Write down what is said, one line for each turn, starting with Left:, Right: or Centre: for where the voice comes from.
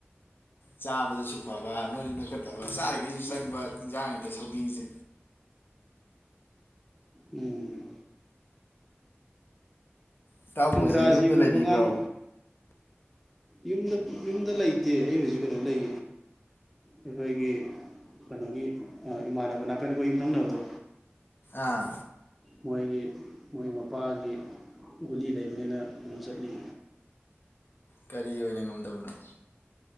Left: ꯆꯥꯕꯗꯁꯨ ꯐꯕ ꯅꯣꯏꯁꯨ ꯅꯣꯏꯈꯠꯇꯕ ꯆꯥꯔꯤꯒꯩꯁꯨ ꯆꯪꯕ ꯏꯤꯟꯖꯥꯡꯅꯤꯗ ꯁꯧꯒꯔꯤꯖꯦ
Centre: ꯎꯝ
Left: ꯏꯇꯥꯎꯕꯣꯖꯤ
Centre: ꯏꯪꯒ꯭ꯔꯥꯖꯤꯒꯨꯝꯕ
Left: ꯌꯨꯝꯗ ꯂꯩꯕꯤꯕ꯭ꯔꯣ
Centre: ꯉꯥꯡ ꯌꯨꯝꯗ ꯌꯨꯝꯗ ꯂꯩꯇꯦ ꯑꯩ ꯍꯧꯖꯤꯛ ꯀꯩꯅꯣ ꯂꯩ ꯑꯩꯈꯣꯏꯒꯤ ꯀꯅꯣꯒꯤ ꯑꯥ ꯏꯃꯥꯟꯅꯕ ꯅꯥꯀꯟ ꯈꯣꯏ ꯌꯨꯝꯊꯪꯅꯕꯗꯣ
Left: ꯑꯥ
Centre: ꯃꯣꯏꯒꯤ ꯃꯣꯏ ꯃꯄꯥꯒꯤ ꯒꯨꯂꯤ ꯂꯩꯕꯅꯤꯅ ꯑꯗꯨ ꯆꯠꯂꯤ
Left: ꯀꯔꯤ ꯑꯣꯏꯅ ꯉꯝꯗꯕꯅꯣ